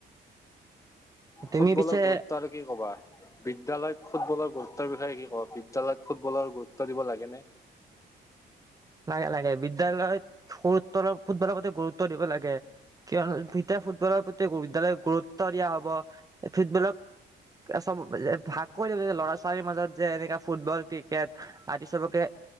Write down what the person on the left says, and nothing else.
ফুটবলৰ
গুৰুত্ব আৰু কি ক'বা বিদ্যালয়ত ফুটবলৰ গুৰুত্বৰ বিষয়ে কি কব বিদ্যালয়ত ফুটবলৰ গুৰুত্ব দিব লাগেনে